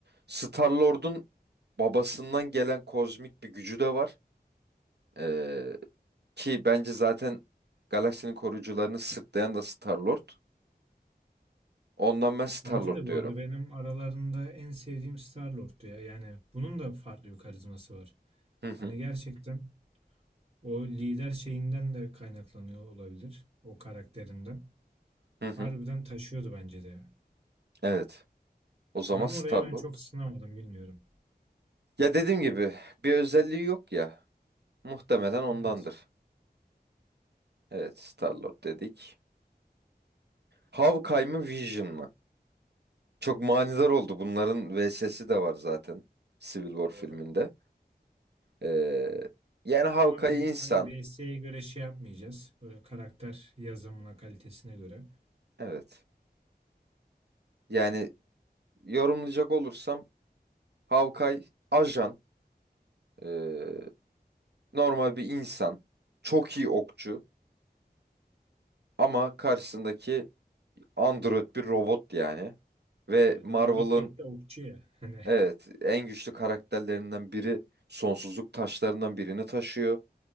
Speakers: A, on the right; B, on the right.
A: Star-Lord'un babasından gelen kozmik bir gücü de var. E, ki bence zaten galaksinin koruyucularını sırtlayan da Star-Lord. Ondan ben Star-Lord
B: Bence de bu
A: diyorum.
B: arada benim aralarında en sevdiğim Star-Lord'tu ya. Yani bunun da farklı bir karizması var.
A: Hı
B: Hani
A: hı,
B: gerçekten o lider şeyinden de kaynaklanıyor olabilir. O karakterinden.
A: hı hı.
B: Harbiden taşıyordu bence de ya.
A: Evet, o zaman
B: Gamora'ya
A: Star-Lord.
B: ben çok ısınamadım bilmiyorum.
A: Ya dediğim gibi bir özelliği yok ya. Muhtemelen ondandır.
B: Evet.
A: Evet, Star-Lord dedik. Hawkeye mı Vision mı? Çok manidar oldu. Bunların VS'si de var zaten. Civil War
B: Doğru.
A: filminde. Ee, yani Hawkeye
B: Ama biz
A: insan.
B: tabii VS'ye göre şey yapmayacağız. Böyle karakter yazımına kalitesine göre.
A: Evet. Yani yorumlayacak olursam Hawkeye ajan. ee, normal bir insan. Çok iyi okçu. Ama karşısındaki android bir robot yani. Ve
B: Evet
A: Marvel'ın
B: ama bir tek de okçu ya. <laughs> Hani
A: evet en güçlü karakterlerinden biri sonsuzluk taşlarından birini taşıyor.